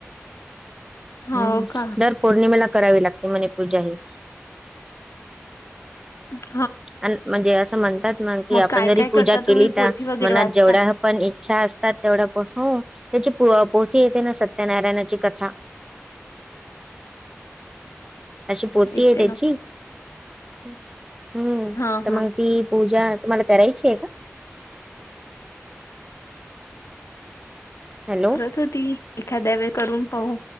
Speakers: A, on the left; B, on the right.
A: हो
B: हम
A: का
B: दर मला करावी लागते मणी पूजाही
A: हम्म.
B: अ म्हणजे असं म्हणतात मग कि आपण
A: काय
B: जरी
A: काय
B: पूजा
A: करता
B: केली
A: तुम्ही पोथी
B: तर
A: वगैरे
B: मनात
A: वाचता
B: जेवढा पण इच्छा असतात तेवढ्या प हो त्याची पोती येते ना सत्यनारायणाची कथा
A: ह
B: अशी पोथी
A: येते
B: आहे त्याची
A: ना
B: हम्म
A: हा
B: तर
A: हा
B: मग ती पूजा तुम्हाला करायची आहे का? हॅलो
A: रथ होती एखाद्या वेळ करून पाहू